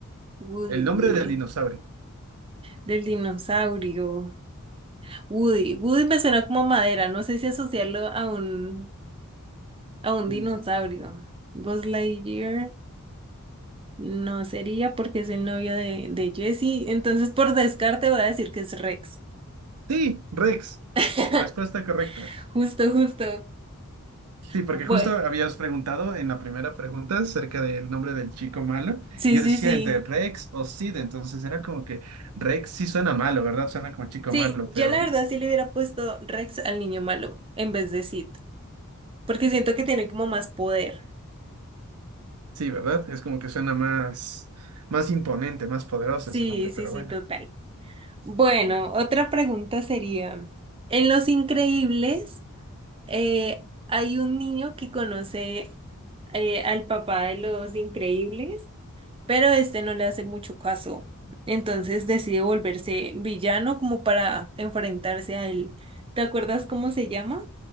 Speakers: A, on the right (about 25°); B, on the right (about 80°).
A: Woody,
B: El
A: Woody.
B: nombre del dinosaurio.
A: Del dinosaurio. Woody. Woody me suena como madera. No sé si asociarlo a un, a un dinosaurio.
B: Dinosaurio.
A: Buzz Lightyear no sería porque es el novio de, de Jessie. Entonces, por descarte, voy a decir que es Rex.
B: Sí, Rex.
A: <laughs>
B: Respuesta correcta.
A: Justo, justo.
B: Sí, porque
A: Bueno,
B: justo habías preguntado en la primera pregunta acerca del nombre del chico malo,
A: sí,
B: y yo
A: sí,
B: decía
A: sí.
B: entre Rex o Sid, entonces era como que Rex sí suena malo, ¿verdad? Suena como chico
A: Sí,
B: malo, pero
A: yo la verdad sí le hubiera puesto Rex al niño malo en vez de Sid, porque siento que tiene como más poder.
B: sí, ¿verdad? Es como que suena más, más imponente, más poderoso
A: Sí,
B: ese nombre,
A: sí,
B: pero
A: sí,
B: bueno.
A: total. Bueno, otra pregunta sería, en Los Increíbles eh, hay un niño que conoce eh, al papá de Los Increíbles, pero este no le hace mucho caso, entonces decide volverse villano como para enfrentarse a él. ¿Te acuerdas cómo se llama?